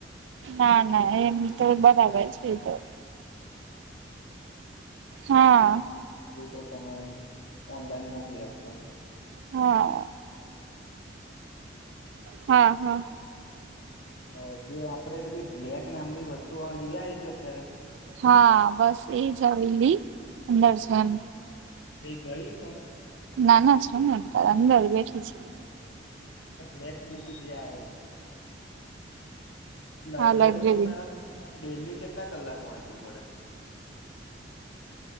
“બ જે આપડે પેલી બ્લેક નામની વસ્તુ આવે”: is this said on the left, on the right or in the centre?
Left